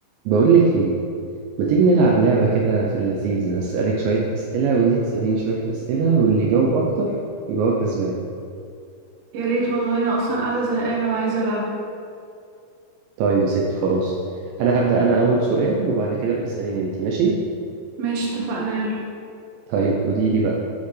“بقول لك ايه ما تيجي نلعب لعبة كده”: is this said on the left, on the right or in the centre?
Right